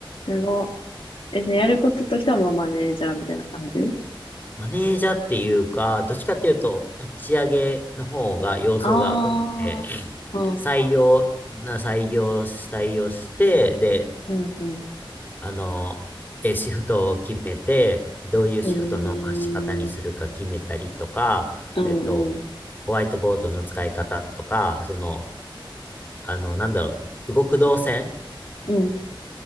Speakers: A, on the left; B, on the left.
A: すご。え、じゃあやることとしてはもうマネージャーみたいな感じうん。
B: マネージャーっていうか、どっちかっていうと、立ち上げの方が要素が多くて、
A: ああ、うん、
B: 採用、な、採用し、採用して、で、
A: うん、うん。
B: あの、え、シフトを決めて、どういうシフトの回し方にするか決めたりとか、
A: えー、うん、
B: えっと、
A: うん、
B: ホワイトボードの使い方とか、その、あの、なんだろう、動く動線
A: う